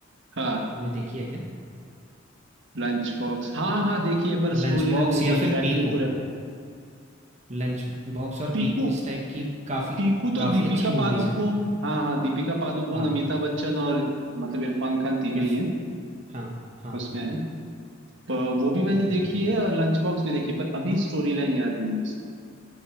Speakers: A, on the right; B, on the right.
A: हाँ
B: तुमने देखी है क्या?
A: लंच बॉक्स हाँ हाँ
B: उ
A: देखिए पर
B: लंच
A: स्टोरी लाइन
B: बॉक्स
A: मुझे
B: या
A: एग्जैक्टली
B: फिर पीकू।
A: exactly पूरा
B: लंच बॉक्स और
A: पीकू
B: पीकू इस टाइप की काफ़ी
A: पीकू तो
B: काफ़ी
A: दीपिका
B: अच्छी मूवीज़
A: पादुकोण
B: हैं।
A: हाँ हाँ दीपिका पादुकोण
B: हाँ,
A: अमिताभ बच्चन और मतलब इरफान खान तीनों
B: इरफ
A: ही है
B: हाँ, हाँ,
A: उसमें
B: हाँ।
A: है प- वो भी मैंने
B: हुँ।
A: देखी है और लंच बॉक्स भी देखी है, पर अभी स्टोरी लाइन याद नहीं है उसकी